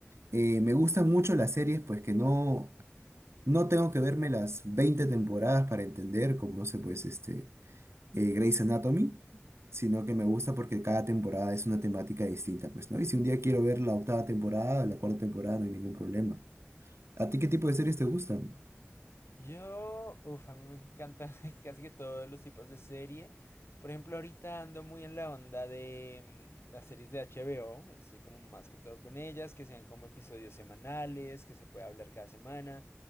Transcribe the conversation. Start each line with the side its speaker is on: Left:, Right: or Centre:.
Right: Eh, me gustan mucho las series, pues que no, no tengo que verme las 20 temporadas para entender, como no sé, pues este, eh, Grey's Anatomy, sino que me gusta porque cada temporada es una temática distinta, pues, ¿no? Y si un día quiero ver la octava temporada, la cuarta temporada, no hay ningún problema. ¿A ti qué tipo de series te gustan?
Left: Yo, uff, a mí me encanta <laughs> casi que todos los tipos de serie. Por ejemplo, ahorita ando muy en la onda de mm, las series de HBO. Estoy como más que todo con ellas, que sean como episodios semanales, que se pueda hablar cada semana.